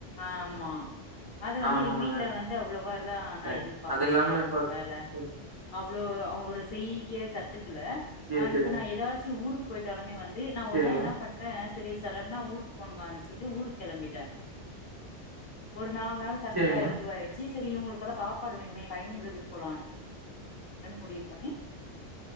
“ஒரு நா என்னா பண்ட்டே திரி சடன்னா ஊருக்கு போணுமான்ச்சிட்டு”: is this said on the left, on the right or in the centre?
Left